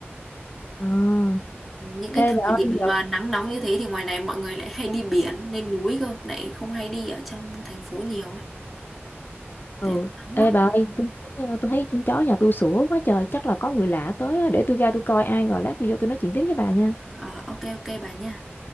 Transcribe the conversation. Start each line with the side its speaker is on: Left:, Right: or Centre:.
Left: à.
Centre: những cái
Left: ê bà
Centre: thời điểm
Left: ơi giờ
Centre: mà nắng nóng như thế thì ngoài này mọi người lại hay đi biển lên núi cơ lại không hay đi ở trong thành phố nhiều ấy
Left: ừ
Centre: tại nóng
Left: ê
Centre: lắm
Left: bà ơi tôi thấy ờ, tôi thấy con chó nhà tôi sủa quá trời chắc là có người lạ tới á. để tôi ra tôi coi ai rồi lát tôi vô tôi nói chuyện tiếp với bà nha
Centre: Ờ, ok ok bà nha